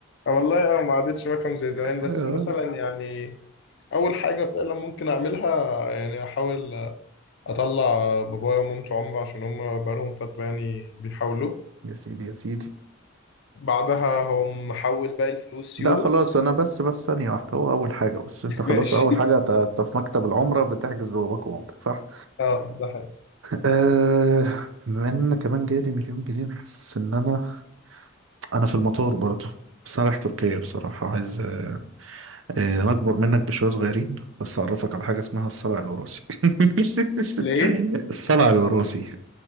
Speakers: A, on the left (about 60°); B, on the right (about 70°).
A: آه والله اه ما عادتش رقم زي
B: <laughs>
A: زمان بس
B: آه.
A: مثلا يعني اول حاجه فعلا ممكن اعملها يعني احاول اطلع بابايا ومامتي عمره عشان هم بقالهم فتره يعني بيحاولوا
B: يا سيدي يا سيدي
A: بعدها هم حول باقي الفلوس
B: لا
A: يورو
B: خلاص انا بس بس ثانية واحدة هو اول حاجة بس انت
A: <laughs>
B: خلاص
A: ماشي
B: اول حاجة ت- انت في مكتب العمرة بتحجز باباك ومامتك صح؟
A: اه ده حاجه
B: أه بما ان كمان جالي مليون جنيه حاسس ان انا انا في المطار برضه بس انا رايح تركيا بصراحة عايز أه آه، انا اكبر منك بشوية صغيرين بس اعرفك على حاجة اسمها الصلع الوراثي <laughs>
A: ليه
B: الصلع الوراثي